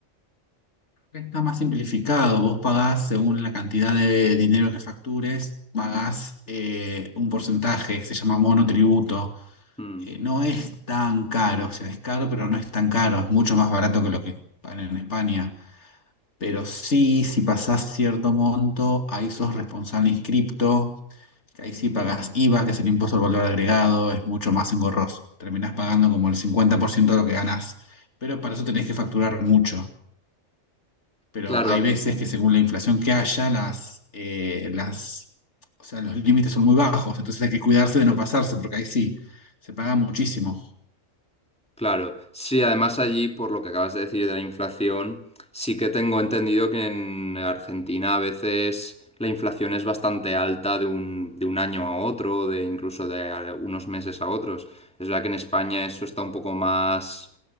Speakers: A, on the left (about 60°); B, in the centre.
A: Está más simplificado. Vos pagás según la cantidad de dinero que factures, pagás eh, un porcentaje que se llama monotributo.
B: Mm.
A: Eh, no es tan caro, o sea, es caro, pero no es tan caro. Es mucho más barato que lo que pagan en España. Pero sí, si pasás cierto monto, ahí sos responsable inscripto, que ahí sí pagás IVA, que es el impuesto al valor agregado, es mucho más engorroso. Terminás pagando como el 50% de lo que ganás. Pero para eso tenés que facturar mucho pero
B: Claro,
A: hay veces que según la inflación que haya, las, eh, las, o sea, los límites son muy bajos, entonces hay que cuidarse de no pasarse, porque ahí sí, se paga muchísimo.
B: Claro, sí, además allí, por lo que acabas de decir de la inflación, sí que tengo entendido que en Argentina a veces la inflación es bastante alta de un, de un año a otro, de incluso de a- unos meses a otros. Es verdad que en España eso está un poco más